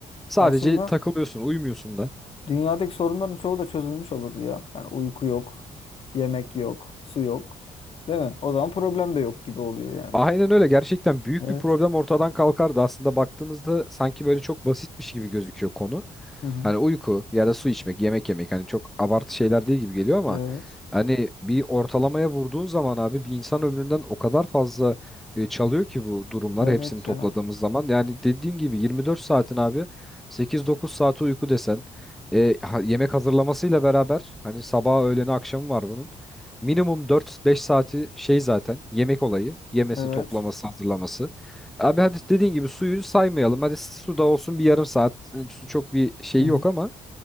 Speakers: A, in the centre; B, on the left.
A: Sadece
B: Aslında
A: takılıyorsun, uyumuyorsun da.
B: Dünyadaki sorunların çoğu da çözülmüş olurdu ya. Yani uyku yok, yemek yok, su yok. Değil mi? O zaman problem de yok gibi oluyor yani.
A: Aynen öyle. Gerçekten büyük
B: Evet.
A: bir problem ortadan kalkardı. Aslında baktığımızda sanki böyle çok basitmiş gibi gözüküyor konu.
B: Hı hı.
A: Hani uyku ya da su içmek, yemek yemek hani çok abartı şeyler değil gibi geliyor ama
B: Evet.
A: hani bir ortalamaya vurduğun zaman abi bir insan ömründen o kadar fazla e, çalıyor ki bu durumlar
B: Evet
A: hepsini topladığımız
B: ya.
A: zaman. Yani dediğin gibi 24 saatin abi 8-9 saati uyku desen e, ha- yemek hazırlamasıyla beraber hani sabah öğleni akşamı var bunun. Minimum dört beş saati şey zaten yemek olayı. Yemesi,
B: Evet.
A: toplaması, hazırlaması. Abi hadi dediğin gibi suyu saymayalım. Hadi su da olsun bir yarım saat. Yani Su çok bir şeyi
B: Hı hı.
A: yok ama